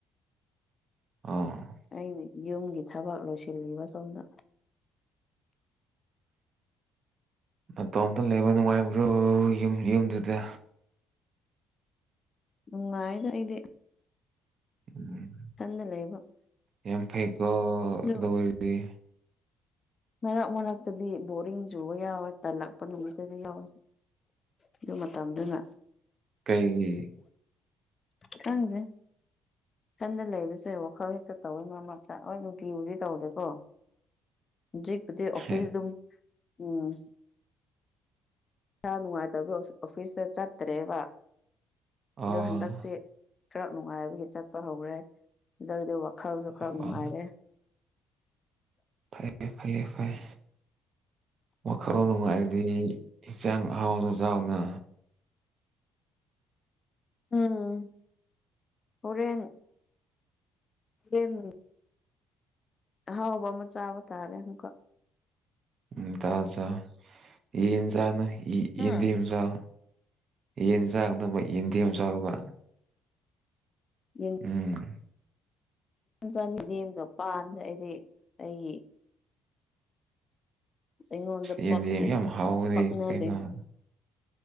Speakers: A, on the right; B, on the left.
A: ꯑꯣ
B: ꯑꯩꯅ ꯌꯨꯝꯒꯤ ꯊꯕꯛ ꯂꯣꯏꯁꯤꯜꯂꯤꯕ ꯁꯣꯝꯗ
A: ꯅꯇꯣꯝꯇ ꯂꯩꯕ ꯅꯨꯡꯉꯥꯏꯕ꯭ꯔꯣ ꯌꯨꯝ ꯌꯨꯝꯗꯨꯗ
B: ꯅꯨꯡꯉꯥꯏꯗ ꯑꯩꯗꯤ
A: ꯎꯝ
B: ꯇꯟꯗ ꯂꯩꯕ‌꯫
A: ꯌꯥꯝ ꯐꯩꯀꯣ꯫
B: ꯂꯣ꯫ <inaudible>
A: ꯑ‌ꯦ꯫
B: ꯃꯔꯛ ꯃꯔꯛꯇꯗꯤ ꯕꯣꯔꯤꯡ ꯆꯨꯕ ꯌꯥꯎꯋꯦ ꯇꯜꯂꯛꯄ ꯅꯨꯃꯤꯠꯇꯗꯤ ꯌꯥꯎꯋꯦ꯫ ꯑꯗꯨ ꯃꯇꯝꯗꯨꯅ꯫
A: ꯀꯩꯒꯤ꯫
B: ꯈꯪꯗ‌ꯦ‌꯫ ꯊꯟꯗ ꯂꯩꯕꯁꯦ ꯋꯥꯈꯜ ꯍꯦꯛꯇ ꯇꯧꯏ ꯃꯔꯛꯃꯔꯛꯇ ꯍꯣꯏ ꯅꯨꯡꯇꯤꯒꯤꯕꯨꯗꯤ ꯇꯧꯗꯦꯀꯣ꯫ ꯖ‌ꯦꯛꯄꯨꯗꯤ ꯑꯣꯐꯤꯁ
A: ꯍꯦ
B: ꯑꯗꯨꯝ ꯎꯝ꯫ ꯏꯁꯥ ꯅꯨꯡꯉꯥꯏꯇꯕ ꯑꯣꯐꯤꯁꯇ ꯆꯠꯇ꯭ꯔꯦꯕ
A: ꯑꯥ
B: ꯗꯣ ꯍꯟꯗꯛꯇꯤ ꯈꯔ ꯅꯨꯡꯉꯥꯏꯕꯒꯤ ꯆꯠꯄ ꯍꯧꯔꯦ ꯍꯟꯗꯛ ꯗꯧꯗꯧꯕ ꯈꯜꯁꯨ ꯈꯔ
A: ꯑꯥ
B: ꯅꯨꯡꯉꯥꯏꯔꯦ
A: ꯐꯩ ꯐꯩꯌꯦ ꯐꯩ ꯋꯥꯈꯜ ꯅꯨꯡꯉꯥꯏꯗꯤ ꯏꯟꯖꯥꯡ ꯑꯍꯥꯎꯕꯖꯥꯎꯅ
B: ꯎꯝ ꯍꯣꯔꯦꯟ ꯍꯨꯔꯦꯟꯕꯨꯗꯤ ꯑꯍꯥꯎꯕ ꯑꯃ ꯆꯥꯕ ꯇꯥꯔꯦ ꯑꯃꯨꯛꯀ
A: ꯎꯝ ꯇꯥꯖꯥ ꯌꯦꯟ ꯆꯥꯅꯣ
B: ꯎꯝ
A: ꯌꯦꯟꯗꯦꯝ ꯆꯥꯎ ꯌꯦꯟ ꯆꯥꯒꯅꯣꯕ ꯌꯦꯟꯗꯦꯝ ꯆꯥꯎꯕ
B: ꯌꯦꯟꯗꯦꯝ
A: ꯎꯝ
B: ꯆꯥꯅꯤ ꯗꯦꯝꯒ ꯄꯥꯟꯗ ꯑꯩꯗꯤ ꯑꯩꯒꯤ ꯑꯩꯉꯣꯟꯗ
A: ꯌꯦꯟꯗ‌ꯦꯝꯗꯤ
B: ꯄꯛꯇꯦ
A: ꯌꯥꯝ ꯍꯥꯎꯕꯅꯤ
B: ꯄꯛꯅꯗꯦ
A: ꯀꯩꯅꫭ꯫